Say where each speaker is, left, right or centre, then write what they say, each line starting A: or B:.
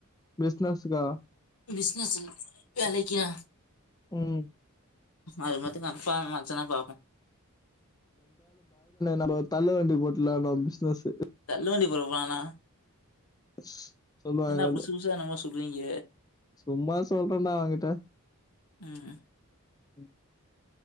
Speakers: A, on the left (about 15°); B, on the left (about 80°).
A: பிசினஸ்க்கா?
B: பிசினஸ் ல்ல வேலைக்கா
A: ம்
B: அது மத்து கண்ஃப்பா மச்சன்னா பாப்போ
A: நாம தள்ளு வண்டி போட்டுலா நம்ம பிசினஸு
B: தள்ளு வண்டி பொறப்பானா
A: <inaudible> சொல்லுவாங்க
B: என்டா புசு புசா எனமோ சொல்றீங்க
A: சும்மா சொல்றேடா அவ்கிட்ட
B: ம்
A: ம்